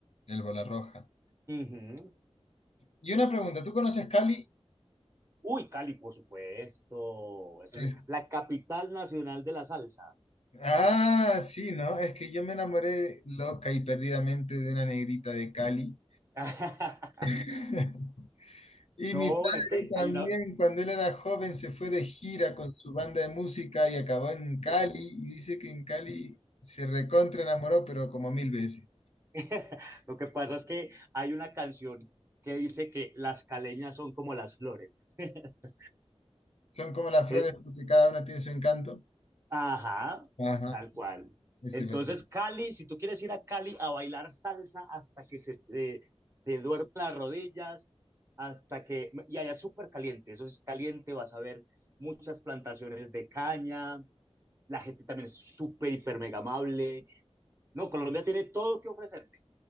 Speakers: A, on the left; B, on the right.
A: el bola roja.
B: Ujú.
A: Y una pregunta, ¿tú conoces Cali?
B: Uy, Cali, por supuesto. Eso
A: Eh,
B: es la capital nacional de la salsa.
A: ah, sí, ¿no? Es que yo me enamoré loca y perdidamente de una negrita de Cali.
B: <laughs>
A: <laughs> Y
B: No,
A: mi padre
B: es que
A: también,
B: hay una.
A: cuando él era joven, se fue de gira con su banda de música y acabó en
B: sí.
A: Cali. Y dice que en Cali se recontra enamoró, pero como mil veces.
B: <laughs> Lo que pasa es que hay una canción que dice que las caleñas son como las flores. <laughs>
A: Son como las flores,
B: E-
A: porque cada una tiene su encanto.
B: Ajá,
A: Ajá,
B: tal cual.
A: ese
B: Entonces,
A: es verdad.
B: Cali, si tú quieres ir a Cali a bailar salsa hasta que se te, te duermen las rodillas, hasta que... Y allá es súper caliente, eso es caliente, vas a ver muchas plantaciones de caña, la gente también es súper, hiper, mega amable. No, Colombia tiene todo que ofrecerte.